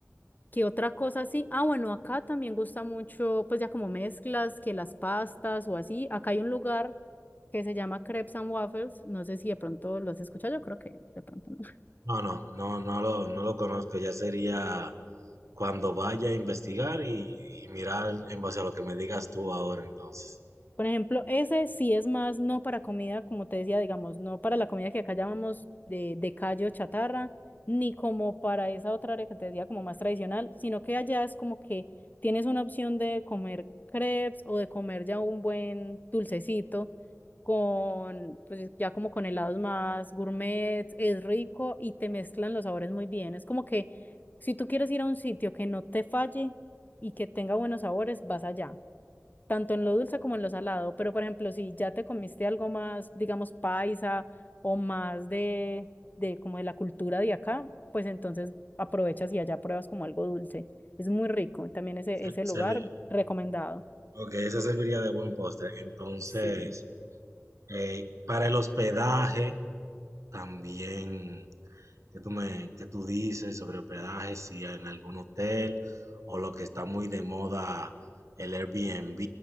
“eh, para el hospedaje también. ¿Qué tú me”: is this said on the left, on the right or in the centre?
Right